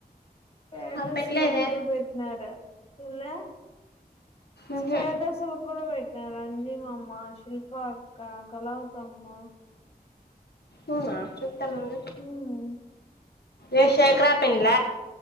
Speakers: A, on the left; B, on the left.
A: పెడ్రస్లు
B: నాకు పెట్టలేదే
A: అందరు పెట్టినారు చుడ్లే
B: ఉహు
A: స్టాసులు కూడా పెట్ట రంజీ మా అమ్మ శిల్ప అక్క కళవుతమ్మ
B: అవునా తెల్వన్ది
A: ఉమ్
B: ఏ శేకరా పెండ్ల